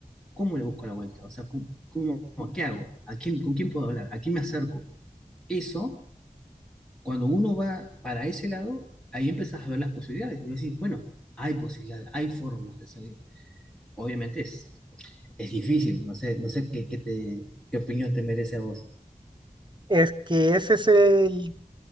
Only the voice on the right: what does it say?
Es que ese es el